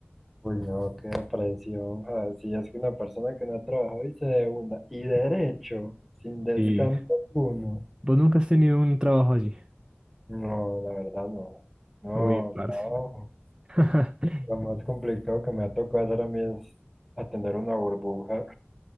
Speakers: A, in the centre; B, on the right.
A: Uy, no, qué presión. Ah, si es que una persona que no ha trabajado y se de una. Y derecho, sin descanso
B: ¿Y
A: alguno.
B: vos nunca has tenido un trabajo así?
A: No, la verdad no. No,
B: Uy, parce.
A: trabajo.
B: <laughs>
A: Lo más complicado que me ha tocado hacer a mí es atender una burbuja.